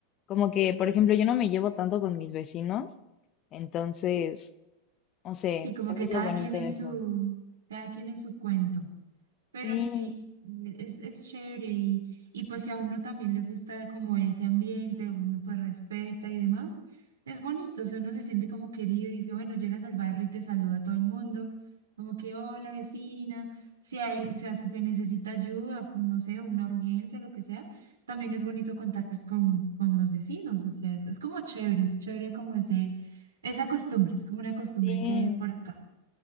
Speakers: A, on the left; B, on the right.
A: Como que, por ejemplo, yo no me llevo tanto con mis vecinos, entonces, no sé,
B: Sí, como
A: se
B: que
A: me hizo
B: cada
A: bonito
B: quien en
A: eso.
B: su, cada quien en su cuento. Pero
A: Sí,
B: sí, es, es chévere y, y pues si a uno también le gusta como ese ambiente, uno pues respeta y demás, es bonito, o sea, uno se siente como querido y dice, bueno, llegas al barrio y te saluda a todo el mundo, como que hola vecina, si hay, o sea, si se necesita ayuda, pues, no sé, una urgencia, lo que sea, también es bonito contar pues con, con los vecinos, o sea, es, es como chévere, es chévere como ese, esa costumbre, es como una costumbre
A: sí.
B: que hay por acá,